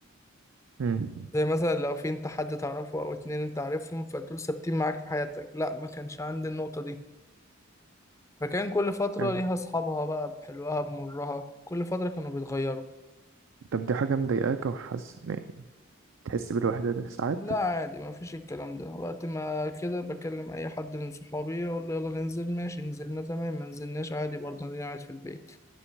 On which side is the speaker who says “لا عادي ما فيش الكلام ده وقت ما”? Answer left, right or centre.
Left